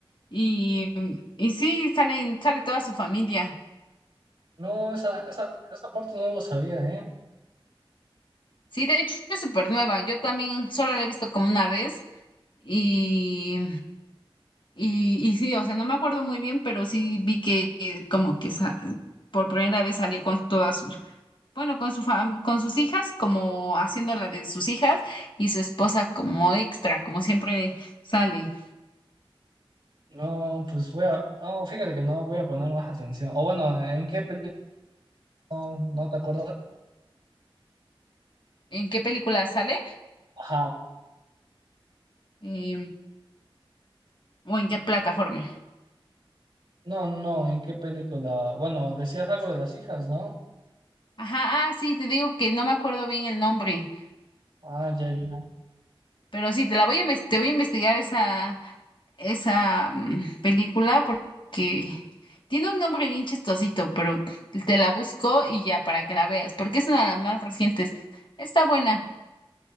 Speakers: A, on the left (about 55°); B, on the right (about 60°).
A: Y, y sí, salen, sale toda su familia.
B: No, esa, esa, esa parte no lo sabía, ¿eh?
A: Sí, de hecho es súper nueva. Yo también solo la he visto como una vez y, y, y sí, o sea, no me acuerdo muy bien, pero sí vi que eh, como que sa- por primera vez salió con todas sus, bueno, con su fam- con sus hijas, como haciendo la de sus hijas y su esposa como extra, como siempre sale.
B: No, pues voy a, no, fíjate que no voy a poner más atención. O bueno, ¿en qué película? No, no te acuerdas.
A: ¿En qué película sale?
B: Ajá.
A: Em, ¿o en qué plataforma?
B: No, no, ¿en qué película? Bueno, decías algo de las hijas, ¿no?
A: Ajá, ah, sí, te digo que no me acuerdo bien el nombre
B: Ah, ya, ya.
A: Pero sí, te la voy a inves- te voy a investigar esa, esa mm, película porque tiene un nombre bien chistosito, pero te la busco y ya para que la veas, porque es una de las más recientes. Está buena. <laughs>